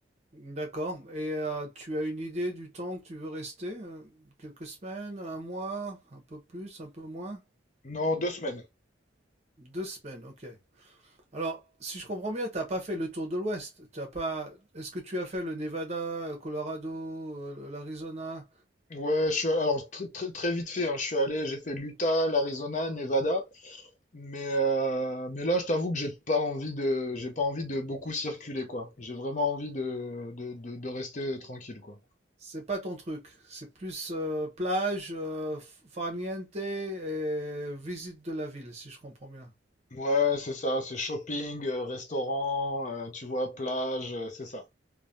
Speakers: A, on the right; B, on the left.
A: D'accord. Et euh, tu as une idée du temps que tu veux rester? euh, Quelques semaines, un mois, un peu plus, un peu moins?
B: Non, deux semaines.
A: Deux semaines, ok. Alors, si je comprends bien, t'as pas fait le tour de l'Ouest. T'as pas. Est-ce que tu as fait le Nevada, le Colorado, euh, l'Arizona?
B: Ouais, je suis alors très, très, très vite fait. hein, je suis allé, j'ai fait l'Utah, l'Arizona, Nevada. Mais, euh, mais là, je t'avoue que j'ai pas envie de, j'ai pas envie de beaucoup circuler, quoi. J'ai vraiment envie de, de, de, de rester tranquille, quoi.
A: C'est pas ton truc. C'est plus euh, plage, euh, farniente et visite de la ville, si je comprends bien.
B: Ouais, c'est ça, c'est shopping, euh, restaurant, euh, tu vois, plage, euh, c'est ça.